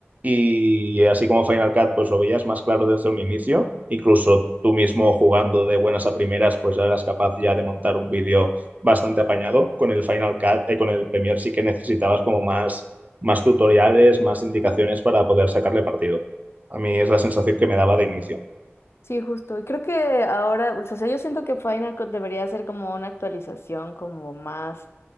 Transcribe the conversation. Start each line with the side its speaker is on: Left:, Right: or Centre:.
Right: Y así como Final Cut, pues lo veías más claro desde un inicio. Incluso tú mismo jugando de buenas a primeras, pues ya eras capaz ya de montar un vídeo bastante apañado. Con el Final Cut, eh, con el Premiere sí que necesitabas como más, más tutoriales, más indicaciones para poder sacarle partido. A mí es la sensación que me daba de inicio.
Left: Sí, justo. Y creo que ahora, o sea, yo siento que Final Cut debería ser como una actualización como más